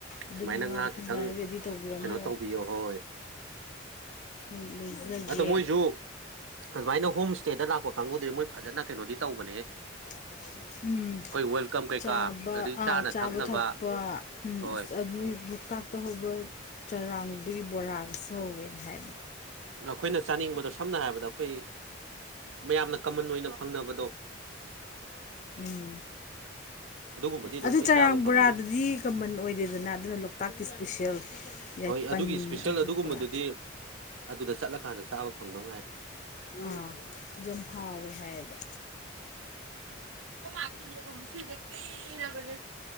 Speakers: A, on the left; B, on the right.
A: ꯑꯗꯨꯅ
B: ꯁꯨꯃꯥꯏꯅ
A: ꯉꯥꯗꯣ
B: ꯉꯥ
A: ꯑꯩꯈꯣꯏ
B: ꯈꯤꯇꯪ
A: ꯁꯨꯃꯥꯏꯅ ꯔꯦꯗꯤ ꯇꯧꯕꯤꯔꯝꯃꯣ
B: ꯀꯩꯅꯣ ꯇꯧꯕꯤꯌꯣ ꯍꯣꯏ
A: ꯑꯩꯈꯣꯏ ꯂꯩꯖꯒꯦ
B: ꯑꯗꯣ ꯃꯣꯏꯁꯨ ꯑꯗꯨꯃꯥꯏꯅ ꯍꯣꯝ ꯏꯁꯇꯦꯗ ꯂꯥꯛꯄ ꯀꯥꯡꯕꯨꯨꯗꯗꯤ ꯃꯣꯏ ꯐꯖꯅ ꯀꯩꯅꯣꯗꯤ ꯇꯧꯕꯅꯦ
A: ꯑ ꯎꯝ
B: ꯑꯩꯈꯣꯏ ꯋꯦꯜꯀꯝ ꯀꯩꯀꯥ
A: ꯆꯥꯕ
B: ꯑꯗꯩ
A: ꯑꯥ
B: ꯆꯥꯅ
A: ꯆꯥꯕ
B: ꯊꯛꯅꯕ
A: ꯊꯛꯄ ꯎ
B: ꯍꯣꯏ
A: ꯑꯁ ꯑꯗꯨ ꯂꯣꯛꯇꯥꯛ ꯇ ꯍꯧꯕ ꯆꯔꯥꯡꯗꯨꯒꯤ ꯕꯣꯔꯥꯒꯁꯨ ꯍꯧꯋꯦꯅ ꯍꯥꯏꯕ
B: ꯑꯩꯈꯣꯏꯅ ꯆꯥꯅꯤꯡꯕꯗꯣ ꯁꯝꯅ ꯍꯥꯏꯔꯕꯗ ꯑꯩꯈꯣꯏ ꯃꯌꯥꯝꯅ ꯀꯃꯟ ꯑꯣꯏꯅ ꯐꯪꯅꯕꯗꯣ
A: ꯎꯝ
B: ꯑꯗꯨꯒꯨꯝꯕꯗꯤ ꯑꯗꯨꯝ
A: ꯑꯗꯨ
B: ꯂꯣꯏ
A: ꯆꯔꯥꯡ
B: ꯆꯥꯕ ꯐꯪꯉꯅꯤ
A: ꯕꯣꯔꯥꯗꯨꯗꯤ ꯀꯃꯟ ꯑꯣꯏꯗꯦꯗꯅ ꯑꯗꯨꯅ ꯂꯣꯛꯇꯥꯛꯀꯤ ꯏꯁꯄꯤꯁꯦꯜ ꯌꯥꯏꯄꯟ
B: ꯍꯣꯏ ꯑꯗꯨꯒꯤ ꯏꯁꯄꯤꯁꯦꯜ
A: ꯑꯗꯨ
B: ꯑꯗꯨꯒꯨꯝꯕꯗꯨꯗꯤ
A: ꯕꯣꯔꯥ
B: ꯑꯗꯨꯗ ꯆꯠꯂꯀꯥꯟꯗ ꯆꯥꯕ ꯐꯪꯗꯧ ꯉꯥꯏ
A: ꯑꯥ ꯌꯥꯝꯝꯍꯥꯎꯋꯦ ꯍꯥꯏꯌꯦꯕ
B: ꯑꯣꯃꯁꯦ ꯌꯦꯔꯨꯝ ꯁꯤꯁꯦ ꯀꯩꯔꯕꯁꯦ